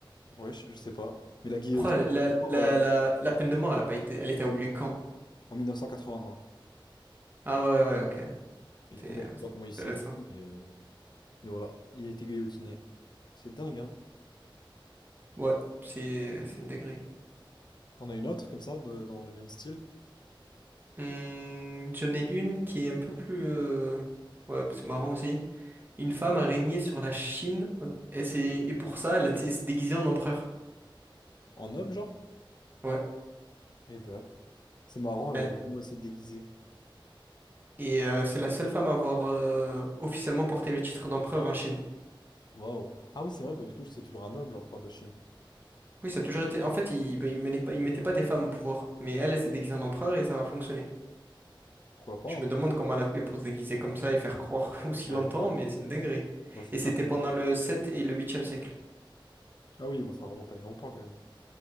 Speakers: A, on the left; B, on the right.
A: Ouais, je, je sais pas. Mais la guillotine,
B: Pourquoi la,
A: c'est encore
B: la, la,
A: euh,
B: la, la peine de mort, elle a pas été... Elle était oubliée quand?
A: en 1981.
B: Ah ouais, ouais, ouais, ok.
A: Et du
B: C'est
A: coup, bah, je
B: euh,
A: sais
B: c'est
A: pas comment il s'y
B: intéressant.
A: est pris, mais, euh, mais voilà, il a été guillotiné. C'est dingue, hein.
B: Ouais, c'est c'est une dinguerie.
A: T'en as une autre comme ça, de- dans le même style?
B: Hum, j'en ai une qui est un peu plus... euh, Ouais, bah, c'est marrant aussi. Une femme a régné sur la Chine et, c'est, et pour ça, elle s'est déguisée en empereur.
A: En homme, genre?
B: Ouais.
A: Eh ben, c'est marrant,
B: Elle-
A: euh, comment elle s'est déguisée.
B: Et euh, c'est la seule femme à avoir euh, officiellement porté le titre d'empereur en Chine.
A: Waouh. Ah oui, c'est vrai, bah, du coup, c'est toujours un homme, l'empereur de Chine.
B: Oui, ça a toujours été. En fait, ils il mettaient pas, ils mettaient pas des femmes au pouvoir, mais elle, elle s'est déguisée en empereur et ça a fonctionné.
A: Pourquoi pas,
B: Je me
A: hein?
B: demande comment elle a fait pour se déguiser comme ça et faire croire <laughs> aussi
A: Ouais,
B: longtemps,
A: grave.
B: mais c'est une dinguerie.
A: Moi, c'est
B: Et
A: ça.
B: c'était pendant le 7 et le huitième siècle.
A: Ah oui, moi, ça remonte à il y a longtemps, quand même.